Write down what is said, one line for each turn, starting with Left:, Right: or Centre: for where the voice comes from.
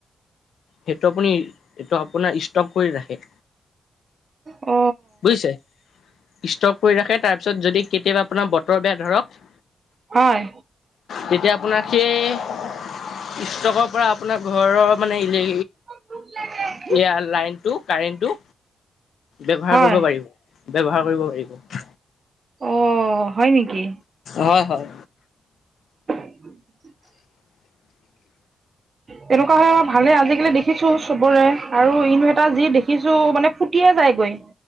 Left: সেইটো আপুনি এইটো আপোনাৰ ষ্টক কৰি ৰাখে।
Right: অ
Left: বুইছে ষ্টক কৰি ৰাখে তাৰপিছত যদি কেতিয়াবা আপোনাৰ বতৰ বেয়া ধৰক।
Right: হয়
Left: তেতিয়া আপোনাক সেই ষ্টকৰ পৰা আপোনাৰ ঘৰৰ মানে ইলে
Right: <unintelligible>
Left: এয়া লাইনটো কাৰেণ্টটো ব্যৱহাৰ
Right: হয়
Left: কৰিব পাৰিব ব্যৱহাৰ কৰিব পাৰিব।
Right: অ হয় নেকি?
Left: হয় হয়
Right: <unintelligible> তেনেকুৱা হ'লে আকৌ ভালে। আজিকালি দেখিছোঁ চবৰে। আৰু ইনভেৰ্টাৰ যি দেখিছো। মানে ফুটিয়ে যায়গৈ।